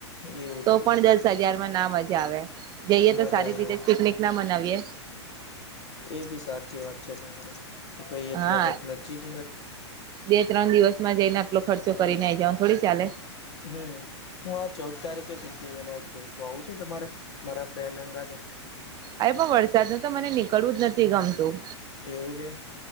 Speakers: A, on the left; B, on the right.
A: એવું
B: તો
A: છે
B: પણ દસ હજારમાં ના મજા આવે જઈએ
A: મજા
B: તો સારી
A: આઈ
B: રીતે
A: જાય
B: જ પિકનિક ના મનાવીએ.
A: એ બી સાચી વાત છે તમારે તો કઈ એટલાક
B: હા
A: નજીક
B: બે ત્રણ દિવસમાં જઈને આટલો ખર્ચો કરીને આઈ જાવ નો થોડી ચાલે.
A: હમ્મ, હું આ ચૌદ તારીખે સિદ્ધિ વિનાયક જઉં છું આવું છે તમારે મારા ફ્રેન્ડ સંગાથે?
B: અરે પણ વરસાદ માં તો મને નીકળવું જ નથી ગમતું.
A: એવું છે?